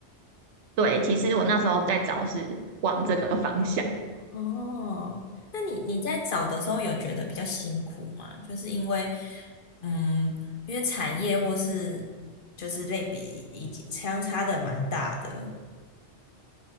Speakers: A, on the right; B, on the left.
A: 对，其实我那时候在找是往这个方向，
B: 哦，那你你在找的时候有觉得比较辛苦吗？就是因为，嗯，因为产业或是就是类比已经相差的蛮大的，